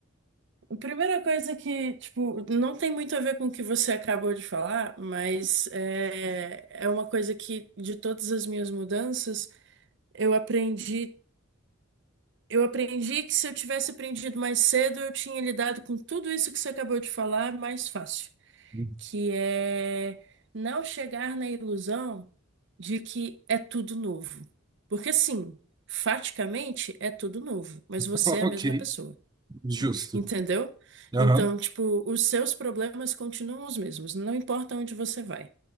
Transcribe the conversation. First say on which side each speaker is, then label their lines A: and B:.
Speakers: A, on the right; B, on the right.
A: a primeira coisa que, tipo, não tem muito a ver com o que você acabou de falar, mas é, é uma coisa que, de todas as minhas mudanças, eu aprendi. Eu aprendi que se eu tivesse aprendido mais cedo, eu tinha lidado com tudo isso que você acabou de falar mais fácil.
B: Uhum.
A: que é não chegar na ilusão de que é tudo novo. Porque sim, faticamente é tudo novo, mas
B: <laughs>
A: você
B: Ok,
A: é a mesma pessoa,
B: justo.
A: entendeu?
B: Aham,
A: Então, tipo, os seus problemas continuam os mesmos, não importa onde você vai.